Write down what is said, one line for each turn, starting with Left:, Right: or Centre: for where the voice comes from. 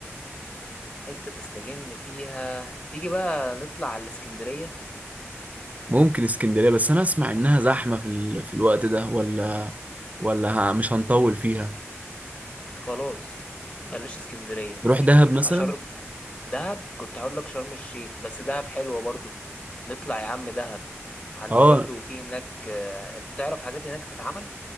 Left: حتة تستجم فيها تيجي بقى نطلع على الإسكندرية
Right: ممكن اسكندرية بس أنا أسمع إنها زحمة في ال... في الوقت ده ولا ولا ه... مش هنطول فيها
Left: خلاص بلاش اسكندرية
Right: نروح
Left: تيجي
Right: دهب
Left: نطلع
Right: مثلا
Left: شرم دهب كنت هقول لك شرم الشيخ بس دهب حلوة برضو نطلع يا عم دهب عند
Right: اه
Left: برضو في هناك آه، انت تعرف حاجات هناك تتعمل